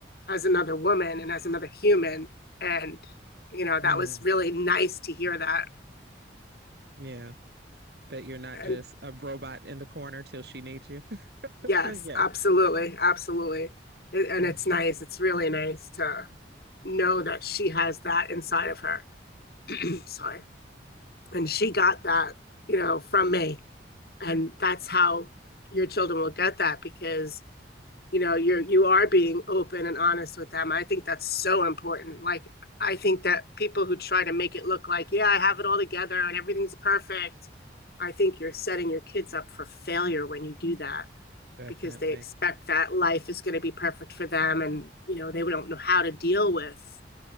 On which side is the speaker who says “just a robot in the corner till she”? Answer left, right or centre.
Right